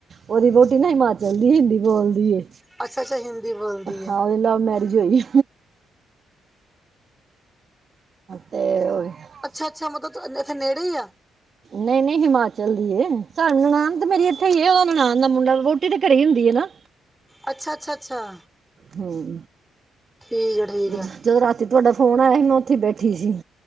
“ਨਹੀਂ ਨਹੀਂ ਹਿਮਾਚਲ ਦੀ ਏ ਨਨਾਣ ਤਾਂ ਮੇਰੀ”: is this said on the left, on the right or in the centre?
Right